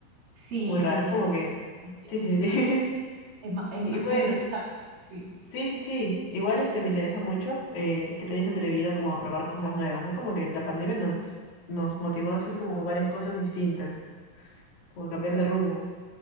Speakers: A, on the right (about 65°); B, on the left (about 80°).
A: Sí,
B: muy raros.
A: te entiendo,
B: Es como que,
A: te entiendo.
B: sí, sí, sí. <laughs>
A: Es más, es
B: Y
A: más
B: bueno.
A: <laughs> complicado. Sí,
B: Sí, sí, sí. Igual este me interesa mucho eh, que te hayas atrevido como a probar cosas nuevas, ¿no? Como que la pandemia nos, nos motivó a hacer como varias cosas distintas, como a cambiar
A: la
B: de
A: verdad,
B: rumbo.